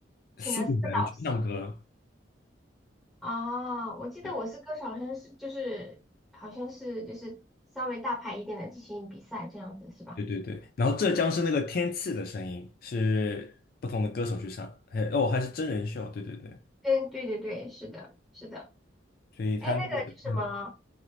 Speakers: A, on the left; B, in the centre.
A: 素人去唱歌，
B: 请了四个导师啊，我记得我是歌手，
A: 对
B: 好像是就是好像是就是稍微大牌一点的进行比赛这样子是吧？
A: 对对对。然后浙江是那个天赐的声音，是不同的歌手去唱，还哦还是真人秀，对对对，
B: 嗯，对对对，是的，是的，
A: 所以他那个嗯
B: 哎，那个叫什么